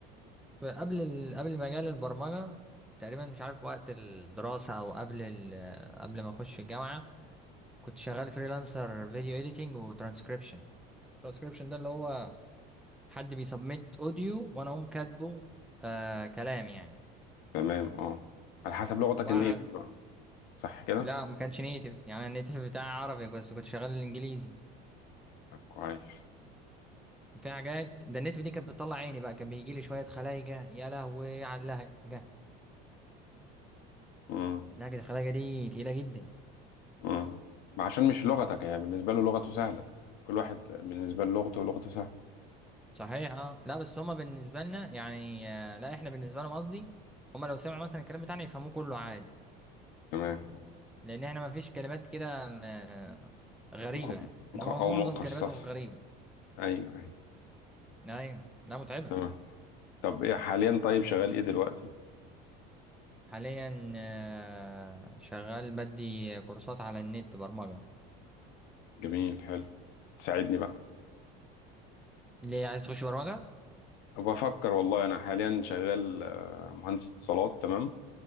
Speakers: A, in the centre; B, on the left.
A: قبل ال... قبل مجال البرمجة تقريبا مش عارف وقت الدراسة أو قبل ال... قبل ما أخش الجامعة كنت شغال فريلانسر فيديو إيديتنج وترانسكريبشن الترانسكريبشن ده اللي هو حد بيسبميت اوديو وانا اقوم كاتبه آه كلام يعني
B: تمام اه على حسب لغتك
A: وبعد
B: النيتف بقى صح كده
A: لا ما كانش نيتف يعني أنا النيتف بتاعي عربي بس كنت شغال الانجليزي
B: طب كويس
A: وفي حاجات ده النيتف دي كانت بتطلع عيني بقى كان بيجي لي شويه خلايجه يا لهوي على اللهجه
B: امم
A: لهجه الخلايجه دي تقيله جدا
B: امم ما عشان مش لغتك يعني بالنسبه له لغته سهله كل واحد بالنسبه له لغته لغته سهله
A: صحيح اه لا بس هما بالنسبه لنا يعني آه لا احنا بالنسبه لهم قصدي هما لو سمعوا مثلا الكلام بتاعنا يفهموه كله عادي
B: تمام
A: لان احنا ما فيش كلمات كده آه، غريبه
B: مخ...
A: يعني.
B: مخ...
A: انما هما
B: او
A: معظم
B: مخصصه
A: كلماتهم غريبه
B: ايوه ايوه
A: ايوه لا متعبه
B: تمام طب ايه حاليا طيب شغال ايه دلوقتي
A: حاليا آه، شغال بدي كورسات على النت برمجة
B: جميل حلو تساعدني بقى
A: ليه عايز تخش برمجة؟
B: بفكر والله انا حاليا شغال آه، مهندس اتصالات تمام